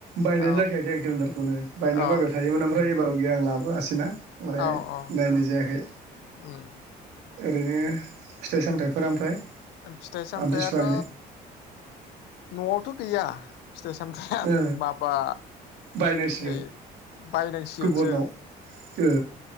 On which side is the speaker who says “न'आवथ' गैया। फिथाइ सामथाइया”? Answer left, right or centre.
Left